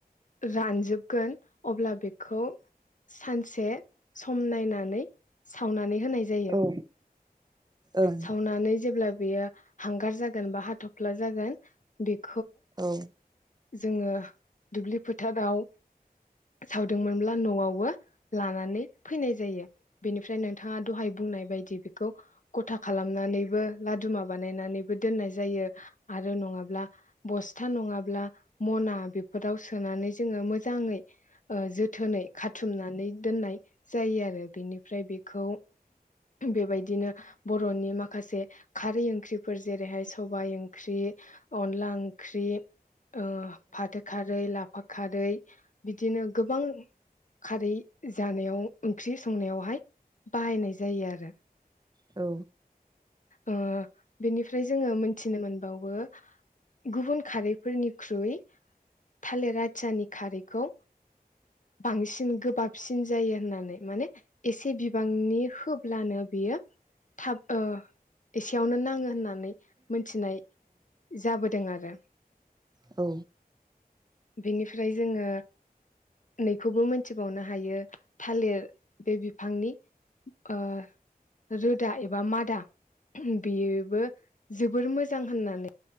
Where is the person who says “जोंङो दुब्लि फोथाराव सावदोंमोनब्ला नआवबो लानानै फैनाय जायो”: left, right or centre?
Left